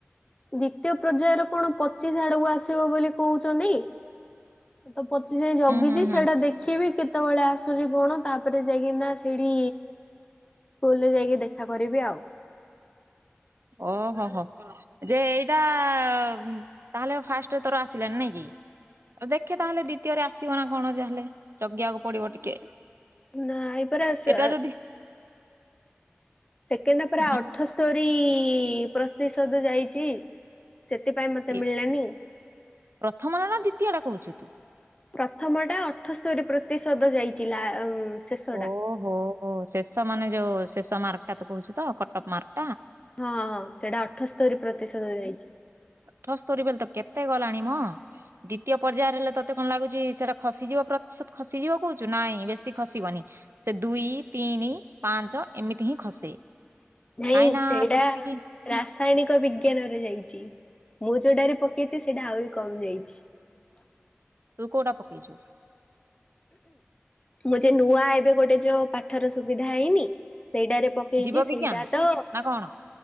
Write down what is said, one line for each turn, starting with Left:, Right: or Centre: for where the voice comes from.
Left: ଦ୍ଵିତୀୟ ପର୍ଯ୍ୟାୟର କଣ ପଚିଶ ଆଡକୁ ଆସିବ ବୋଲି କହୁଛନ୍ତି। ତ ପଚିଶ ଯଁ ଜଗିଛି
Right: ହୁଁ ହୁଁ
Left: ସେଟା ଦେଖିବି କେ କେତେବେଳେ ଆସୁଛି କଣ ତାପରେ ଯାଇକିନା ସେଠି ସ୍କୁଲରେ ଯାଇକି ଦେଖା କରିବି ଆଉ।
Right: ଓହୋ ହୋ ଯେ ଏଇଟା ତାହେଲେ ଫାଷ୍ଟ ତୋର ଆସିଲାନି। ନାଇଁ କି ଆଉ ଦେଖେ ତାହେଲେ ଦ୍ଵିତୀୟରେ ଆସିବ ନା କଣ ଯାହାହେଲେ ଜଗିବାକୁ ପଡିବ ଟିକେ।
Left: ନାଇପରା ସେ
Right: ଏଟା ଯଦି
Left: ସେକେଣ୍ଡ ପରା
Right: ହୁଁ,
Left: ଅଠସ୍ତୋରୀ ପର ସଦ ଯାଇଛି ସେଥିପାଇଁ ମତେ
Right: ଏ-
Left: ମିଳିଲାନି।
Right: ପ୍ରଥମ ନା ଦ୍ୱିତୀୟ ଟା କହୁଛୁ ତୁ?
Left: ପ୍ରଥମ ଟା ଅଠସ୍ତରୀ ପ୍ରତିଶତ ଯାଇଚି ଲା ଶେଷଟା
Right: ଓହୋ ହୋ ଶେଷ ମାନେ ଯୋଉ ଶେଷ ମାର୍କଟା ତ କହୁଛୁ ତ କଟଟ ମାର୍କ
Left: ହଁ ହଁ ସେଇଟା ଅଠସ୍ତରୀ ପ୍ରତିଶତ ଯାଇଛି।
Right: ଅଠସ୍ତୋରୀ ବଲେ ତ କେତେ ଗଲାଣି ମୋ। ଦ୍ୱତୀୟ ପର୍ଯ୍ୟାୟରେ ହେଲେ ତତେ କଣ ଲାଗୁଛି ସେଟା ଖସିଯିବ ପ୍ରତିଶତ ଖସିଯିବ କହୁଛୁ ନାଇଁ ବେଶୀ ଖସି ବନି ସେ ଦୁଇ ତିନି ପାଞ୍ଚ ଏମିତି ହିଁ ଖସେ।
Left: ନାଇଁ
Right: କାହିଁକି ନା
Left: ସେଇଟା
Right: ସେତିକି
Left: ରାସାୟନିକ ବିଜ୍ଞାନରେ ଯାଇଛି। ମୁଁ ଯୋଉଟାରେ ପକେଇଛି ସେଇଟା ଆହୁରି କମ ଯାଇଛି।
Right: ତୁ କୋଉଟା ପକେଇଛୁ?
Left: ମୁଁ ଯେ ନୂଆ ଏବେ ଗୋଟେ ଯୋଉ ପାଠର ସୁବିଧା ହେଇନି ସେଇଟାରେ ପକେଇଛି
Right: ଜୀବ
Left: ସେଇଟା
Right: ବିଜ୍ଞାନ
Left: ତ
Right: ନା କଣ